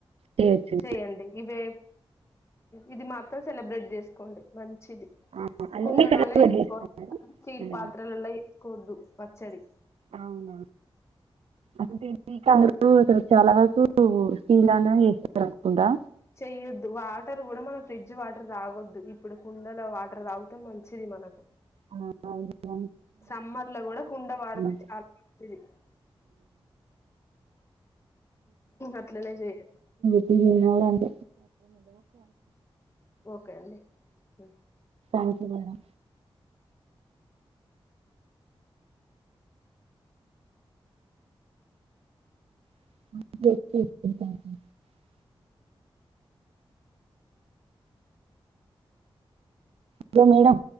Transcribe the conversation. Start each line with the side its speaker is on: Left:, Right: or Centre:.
Right: చేయొచ్చు
Left: చెయండి ఇవే ఇది మాత్రం సెలబ్రేట్ చేస్కోండి మంచి చిది
Right: ఆ, అన్ని
Left: కుండలోనే
Right: కరెక్ట్గా
Left: చేసుకోవాలి స్టీల్
Right: చేస్తాను
Left: పాత్రలలో చేసుకోవద్దు పచ్చడి
Right: అవున అంటె <unintelligible> అసలు చాల వరకు స్టీల్ దాంట్లోనే చేస్తారనుకుంటా
Left: చెయ్యొద్దు వాటర్ కూడామన ఫ్రిడ్జ్ వాటర్ తాగొద్దు ఇప్పుడు కుండల వాటర్ తాగితే మంచిది మనకు
Right: ఆ అవును
Left: సమ్మర్లో కూడాకుండ వాడితే
Right: థ్యాంక్
Left: చాల మంచిది అట్లనే జేయ్
Right: <inaudible> ఓకె మరి
Left: ఓకే అండి ఉ
Right: thank you madam <inaudible> hello madam